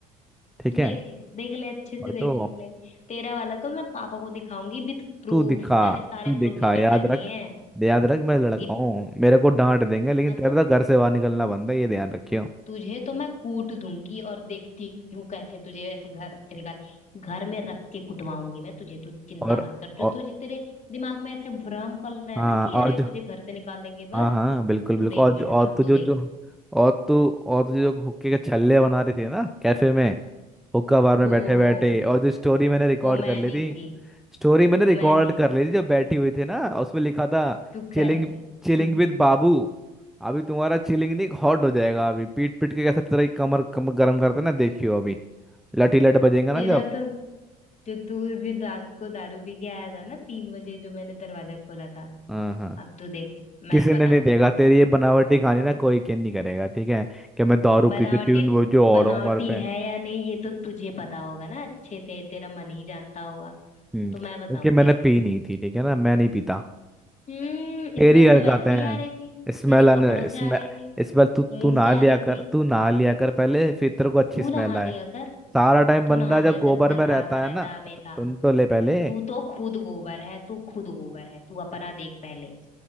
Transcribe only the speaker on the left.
तू
देख ले देख ले अच्छे से
देख
ले तेरा वाला तो मैं पापा को दिखाऊंगी विथ प्रूफ
मैंने सारे
प्रूफ इकट्ठा
किए
हैं
इत,
हाँ
तो
तुझे तो मैं कूट दूंगी और देखती हूँ कैसे तुझे ऐसे घर से निकाल घर में रख के कुटवाऊंगी मैं तुझे तू चिंता
मत कर
जो तुझे तेरे दिमाग में ऐसे भ्रम पल रहे हैं
ना कि
अरे
तुझे घर से निकाल देंगे
बस
तू
देख
बेटा
अब
तू
देख
हो
हो
वो मैं
नहीं
थी
वो
मैं नहीं
थी
तू
कर ले
<laughs> तेरा
तो जो तू उस दिन रात को दारू पी के आया था ना तीन बजे जो मैंने दरवाजा खोला था
अब तू देख
मैं बताऊंगी
पापा
को
बनावटी
बनावटी
है या नहीं ये तो तुझे पता होगा ना अच्छे से तेरा मन ही जानता होगा
तो
मैं बताऊंगी
हम्म
स्मेल
तो वैसे
ही आ रही थी
तेरे
कपड़ों से
आ रही थी
मुंह
से आ
रही
थी
हम्म,
तू
नहा लिया कर
तू
नहा लिया
कर गंधाता
रहता
है हमेशा
तू तो खुद गोबर है तू खुद गोबर है तू अपना देख पहले